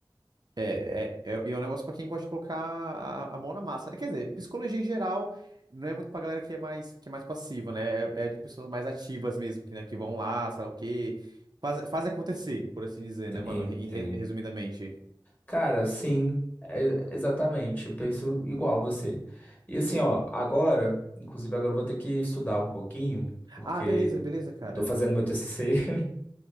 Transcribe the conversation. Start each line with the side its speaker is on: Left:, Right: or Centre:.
Right: É, é, é, e é um negócio pra quem gosta de colocar a, a mão na massa, né? Quer dizer, psicologia em geral não é muito pra galera que é mais, que é mais passiva, né? É, é de pessoas mais ativas mesmo, que, né, que vão lá, sei lá o quê, faz, faz acontecer, por assim dizer, né, mano?
Left: Sim,
Right: Re- re-
Left: sim.
Right: resumidamente.
Left: Cara, sim, é- exatamente. Eu penso igual você. E assim, ó, agora, inclusive agora eu vou ter que estudar um pouquinho, porque
Right: Ah, beleza, beleza, cara.
Left: tô fazendo meu TCC. <laughs>